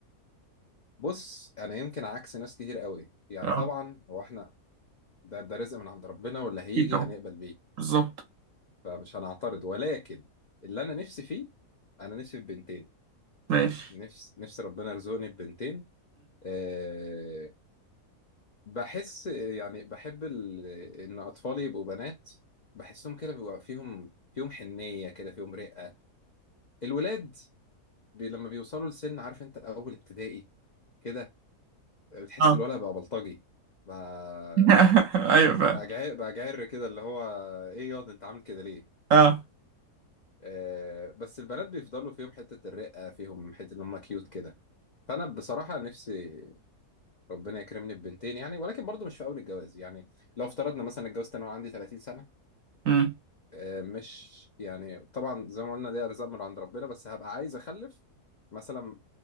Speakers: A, on the left; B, on the right.
A: بص انا يمكن عكس ناس كتير قوي يعني
B: اه
A: طبعا هو احنا ده ده رزق من عند ربنا واللي هيجي
B: اكيد طبعا
A: هنقبل بيه
B: بالظبط
A: فمش هنعترض ولكن اللي انا نفسي فيه انا نفسي في بنتين
B: ماشي
A: نفس نفسي ربنا يرزقني ببنتين أه بحس يعني بحب ال... ان اطفالي يبقوا بنات بحسهم كده بيبقى فيهم فيهم حنية كده فيهم رقة الولاد بي... لما بيوصلوا لسن عارف انت اول ابتدائي كده بتحس
B: اه
A: الولد بقى بلطجي بقى
B: <laughs> ايوه فعلا
A: بقى جعي- بقى جعر كده اللي هو ايه ياض انت عامل كده ليه
B: اه
A: آه، بس البنات بيفضلوا فيهم حتة الرقة فيهم حتة ان هم كيوت كده فانا بصراحة نفسي ربنا يكرمني ببنتين يعني ولكن برضو مش في اول الجواز يعني لو افترضنا مثلا اتجوزت انا وعندي 30 سنة
B: امم
A: آه، مش يعني طبعا زي ما قلنا ده ارزاق من عند ربنا بس هبقى عايز اخلف مثلا